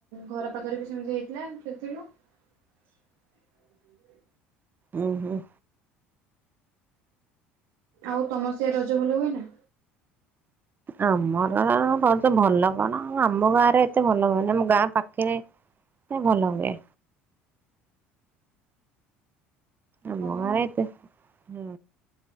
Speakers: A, on the right (about 65°); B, on the right (about 30°).
A: ଘର ପାଖରେ ବି ସେମିତି ହେଇଥିଲା ସେଥିଲୁ <inaudible>
B: ଉଁ ହୁଁ
A: ଆଉ ତମସିଆ ରଜ ଭଲ ହୁଏ ନା।
B: ଆମର ତ ଭଲ କଣ ଆମ ଗାଁ ରେ ଏତେ ଭଲ ହୁଏନା ଆମ ଗାଁ ପାଖରେ ସେ ଭଲ ହୁଏ। ଆ
A: ହଁ
B: ମରେତ ହୁଁ